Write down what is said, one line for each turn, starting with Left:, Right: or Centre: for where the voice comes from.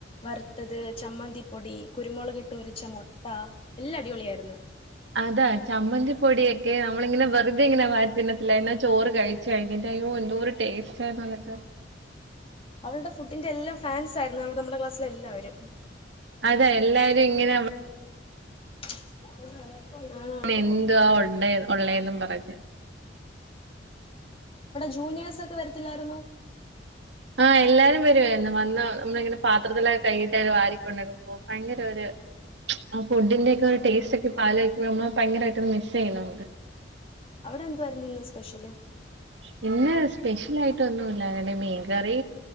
Left: വറുത്തത് ചമ്മന്തിപ്പൊടി കുരുമുളക് ഇട്ട് പൊരിച്ച മൊട്ട എല്ലാം അടിപൊളിയായിര്ന്ന്
Right: അതാ ചമ്മന്തി പൊടിയൊക്കെ നമ്മളിങ്ങനെ വെറുതെ ഇങ്ങനെ വാരിത്തിന്നത്തില്ലേ എന്ന ചോറ് കഴിച്ചു കഴഞ്ഞിട്ട് അയ്യോ എന്തോരു ടേസ്റ്റ് ആയിരുന്നു അതൊക്കെ
Left: അവളുടെ ഫുഡിന്റെ എല്ലാം ഫാൻസ് ആയിരുന്നു അവടെ നമ്മുടെ ക്ലാസ്സിലെ എല്ലാവരും
Right: അതെ എല്ലാരും ഇങ്ങനെ
Left: <unintelligible> ആണാണ്
Right: എന്തുവാ ഒണ്ടേ ഉള്ളേെന്നും പറഞ്ഞു
Left: ജൂനിയേഴസൊക്കെ വരത്തില്ലായിരുന്നോ
Right: ആ എല്ലാരും വരുവായിരുന്ന് വന്ന് നമ്മളിങ്ങനെ പാത്രത്തിലൊക്കെ കൈയിട്ട് വാരിക്കൊണ്ടക്കെ പോ ഭയങ്കര ഒരു ആ ഫുഡിന്റൊക്കെ ഒരു ടേസ്റ്റ് ഒക്കെ ഇപ്പാലോയ്ക്കുമ്പോ നമ്മള് ഭയങ്കരായിട്ട് മിസ് ചെയ്യുന്നുണ്ട്
Left: അവിടെ എന്തുവായിരുന്നു ഇന്ന് സ്പെഷ്യല്
Right: പിന്നെ സ്പെഷ്യൽ ആയിട്ടൊന്നുല്ല അ മീൻകറി